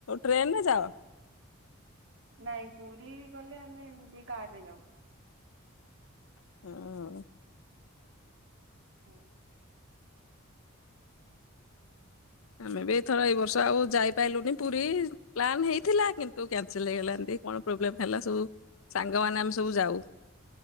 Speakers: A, on the left (about 75°); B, on the right (about 65°).
A: ଟ୍ରେନରେ ଯାଅ?
B: ନାଇଁ ପୁରୀ ଗଲେ ଆମେ ଏମିତି କାର ରେ ଯାଉ।
A: <inaudible>
B: <inaudible>
A: ଆମେ ବିଥର ଏଇ ବର୍ଷ ଆଉ ଯାଇପାରିଲୁନି ପୁରୀ ପ୍ଲାନ ହେଇଥିଲା କିନ୍ତୁ କ୍ୟାନସଲ ହେଇଗଲାଣି କଣ ପ୍ରୋବ୍ଲେମ ହେଲା ସବୁ ସାଙ୍ଗମାନୋନ ଆମେ ସବୁ ଯାଉ